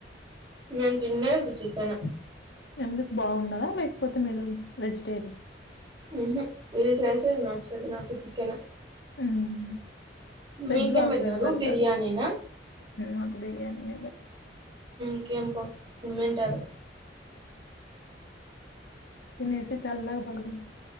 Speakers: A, on the right; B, on the left.
A: నిన్ తేన్లేదు చికెన్
B: ఎందుకు బాగుండదా లేకపోతే మీరు వెజిటేరియన్
A: హ వీళ్ళు చేసేది నచ్చది నాకు చికెన్
B: ఉమ్ వెజ్
A: మీకేం
B: వాళ్ళకేమి
A: పెట్టినారు
B: పెడతారు
A: బిర్యానీనా
B: మాకు బిర్యానీనే పెడత
A: ఇంకేం ప కుమ్మెంటారు
B: తినసి చల్ల బడగు